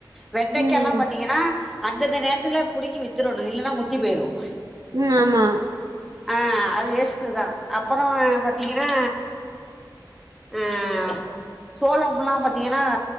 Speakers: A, in the centre; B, on the right (about 50°).
A: வெண்டைக்க
B: ம்
A: எல்லாம் பாத்தீங்கன்னா அந்தந்த நேரத்துல புடுங்கி வித்துரனும் இல்லைன்னா முத்தி போயிரும்
B: உம் ஆமா
A: ஆஹ அது லெஸ்ட்டு தான் அப்புறம் பாத்தீங்கன்னா ஆஹ் சோளம்ல்லாம் பாார்த்தீங்கன்னா